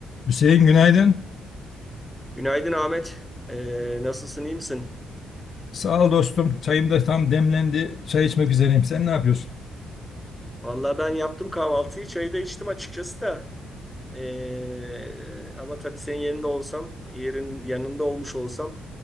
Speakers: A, on the left; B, in the centre.
A: Hüseyin günaydın.
B: Günaydın Ahmet. Ee, nasılsın, iyi misin?
A: Sağ ol dostum. Çayım da tam demlendi. Çay içmek üzereyim. Sen ne yapıyorsun?
B: Vallahi ben yaptım kahvaltıyı, çayı da içtim açıkçası da. Ee, ama tabii senin yerinde olsam, yerin yanında olmuş olsam,